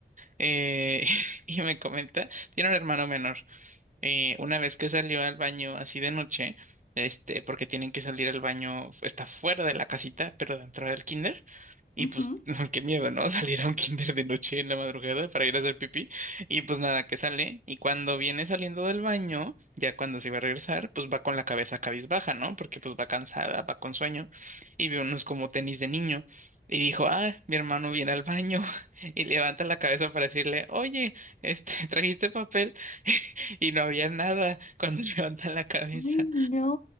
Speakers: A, on the right; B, on the left.
A: Eh, <laughs> y me comenta, tiene un hermano menor eh, una vez que salió al baño así de noche, este, porque tienen que salir al baño, está fuera de la casita, pero dentro del kinder. Y
B: ujú.
A: pues, <laughs> qué miedo, ¿no? <laughs> Salir a un kinder de noche en la madrugada para ir a hacer pipí. Y pues nada, que sale. Y cuando viene saliendo del baño, ya cuando se va a regresar, pues va con la cabeza cabizbaja, ¿no? Porque pues va cansada, va con sueño. Y ve unos como tenis de niño. Y dijo, ah, mi hermano viene al baño. <laughs> Y levanta la cabeza para decirle, oye, este, ¿trajiste papel? <laughs> y no había nada cuando <laughs> levantan la cabeza.
B: Ay, no,